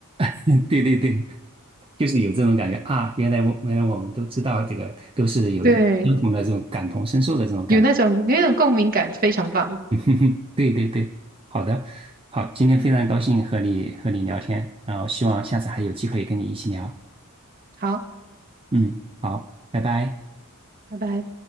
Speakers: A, on the right (about 25°); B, on the right (about 40°).
A: <laughs> 对对对，就是有这种感觉啊，原来我原来我们都知道这个，都是有一相同的这种感同身受的这种感觉。
B: 对，有那种有那种共鸣感，非常棒。
A: <laughs> 哼哼对对对，好的，好，今天非常高兴和你和你聊天，然后希望下次还有机会跟你一起聊。
B: 好，
A: 嗯，好，拜拜。
B: 拜拜。